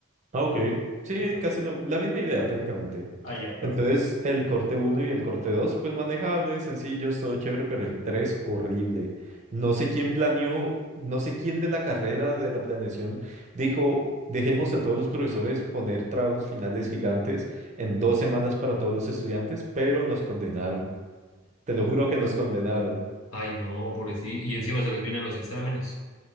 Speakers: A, on the right; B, on the left.
A: Ah, ok. Sí,
B: Ya.
A: casi lo- la misma idea técnicamente.
B: Ah, ya, perfecto.
A: Entonces, el corte uno y el corte 2, pues manejables, sencillos, todo chévere, pero el 3 horrible. No sé quién planeó, no sé quién de la carrera de la planeación dijo, dejemos a todos los profesores poner trabajos finales gigantes en dos semanas para todos los estudiantes, pero nos condenaron. Te lo juro que nos condenaron.
B: Ay, no, pobrecito. Y encima se les vienen los exámenes.